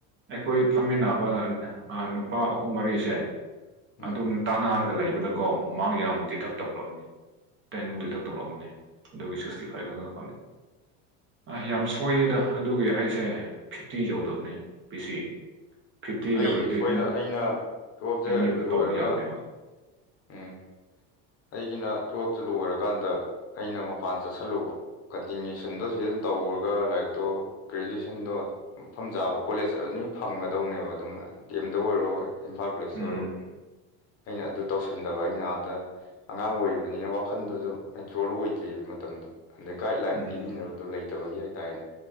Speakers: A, on the right; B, on the left.
A: ꯑꯩꯈꯣꯏ ꯐꯝꯃꯤꯟꯅꯕ ꯅꯨꯄꯥ ꯑꯍꯨꯝ ꯃꯔꯤꯁꯦ
B: ꯎꯝ
A: ꯑꯗꯨꯝ ꯇꯥꯟꯅꯔꯒ ꯂꯩꯕꯗꯀꯣ ꯃꯥꯛ ꯌꯥꯝ ꯗꯤꯗꯛ ꯇꯧꯈ꯭ꯔꯕꯅꯤ ꯇꯦꯟꯃꯨꯛ ꯗꯤꯗꯛ ꯇꯧꯔꯛꯑꯃꯅꯤ ꯑꯗꯨꯒꯤ ꯁꯤꯛꯁꯇꯤ ꯐꯥꯏꯚ ꯈꯛꯇ ꯐꯪꯉ‌ꯦ ꯑ ꯌꯥꯝ ꯁꯣꯏꯌꯦꯗ ꯑꯗꯨꯒꯤ ꯑꯩꯁꯦ ꯐꯤꯐꯇꯤ ꯌꯧꯗꯕꯅꯦ ꯄꯤꯁꯤ ꯐꯤꯐꯇꯤ
B: ꯑꯩꯁꯦ
A: ꯌꯧꯔꯗꯤ
B: ꯁꯣꯏꯗ
A: ꯑ
B: ꯑꯩꯅ ꯇꯨꯋꯦꯜꯞꯁꯦ
A: ꯑꯦꯝ ꯌꯨꯗ
B: ꯂꯣꯏꯔꯒ
A: ꯇꯧꯕ ꯌꯥꯕꯅꯦꯕ
B: ꯎꯝ ꯑꯩꯒꯤꯅ ꯇꯨꯌꯦꯜꯞꯇ ꯂꯣꯏꯔꯀꯥꯟꯗ ꯑꯩꯅ ꯃꯄꯥꯟ ꯆꯠꯁꯜꯂꯨꯕ ꯀꯟꯇꯤꯅ꯭ꯌꯨꯁꯟꯗꯣ ꯁꯤꯗꯨꯝ ꯇꯧꯔꯒ ꯂꯥꯏꯔꯤꯛꯇꯣ ꯒ꯭ꯔꯦꯖꯨꯋ‌ꯦꯁꯟꯗꯣ ꯃꯐꯝ ꯆꯥꯕ ꯀꯣꯂꯦꯖ ꯑꯅꯤ ꯐꯪꯒꯗꯧꯅꯦꯕ ꯑꯗꯨꯝ ꯗꯤ ꯑꯦꯝꯗ ꯑꯣꯏꯔꯣ ꯏꯝꯐꯥꯜ ꯀ‌ꯣꯂ‌ꯦꯖꯇ
A: ꯎꯝ
B: ꯑꯣꯏꯔꯣ ꯑꯩꯅ ꯑꯗꯨ ꯇꯧꯁꯟꯗꯕ ꯑꯩꯅ ꯑꯥꯗ ꯑꯉꯥꯡ ꯑꯣꯏꯔꯤꯕꯅꯤꯅ ꯋꯥꯈꯜꯗꯨꯁꯨ ꯃꯦꯆꯣꯔ ꯑꯣꯏꯗ꯭ꯔꯤꯑꯕ ꯃꯇꯝꯗꯨ ꯑꯗꯩ ꯒꯥꯏꯗꯂꯥꯏꯟ
A: ꯎꯝ
B: ꯄꯤꯕꯤꯅꯕꯗꯣ ꯂꯩꯇꯕꯒꯤ ꯍꯥꯏꯇꯥꯔꯦꯅꯦ